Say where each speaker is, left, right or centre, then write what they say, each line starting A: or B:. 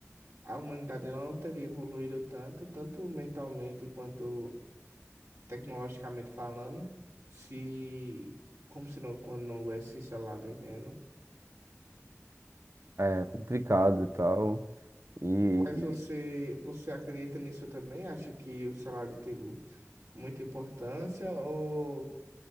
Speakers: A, on the right; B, on the right.
A: a humanidade ela não teria evoluído tanto, tanto mentalmente quanto tecnologicamente falando, se, como se não, quando não houvesse celular, tá entendendo?
B: É complicado e tal. E.
A: Mas
B: e-
A: você, você acredita nisso também? Acha que o salário tem muita importância? Ou,